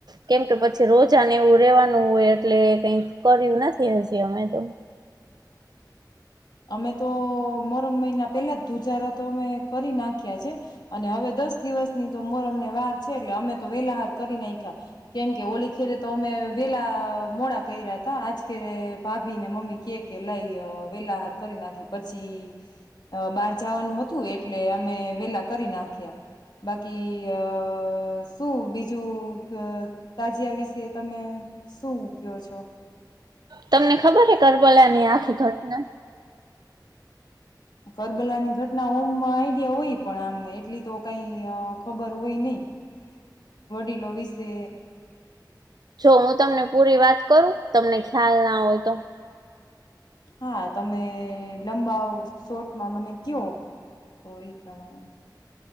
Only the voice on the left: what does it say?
અમે તો મોહરમ મયના પેલા જ ધુજારા તો અમે કરી નાખ્યા છે અને હવે દસ દિવસની તો મોરમ ને વાર છે એટલે અમે તો વેલાહાર કરી નાયખા કેમ કે ઓલીખીરે તો અમે વેલા મોડા કર્યા હતા આજ ખેરે ભાભી ને મમ્મી કે કે લઈ લ્યો વેલાહાર કરી નાખી પછી બાર જાવાનું હતું એટલે અમે વેલા કરી નાખ્યા બાકી અ શું બીજું અ તાજિયા વિશે તમે શું કેવો છો?
કરબલાની ઘટના ઓમમાં આઈડિયા હોય પણ આમ એટલી તો કઈ અ ખબર હોય નઈ. વડીલો વિશે
હા તમે લંબાઓ શોર્ટમાં મને ક્યો તો એ પ્રમાણે.